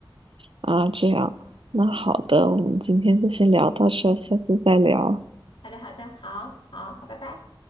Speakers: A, on the right (about 85°); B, on the left (about 85°).
A: 啊，这样，那好的，
B: 嗯，
A: 我们今天就先聊到这儿下次再聊。
B: 好的，好的，好，好，好，拜拜。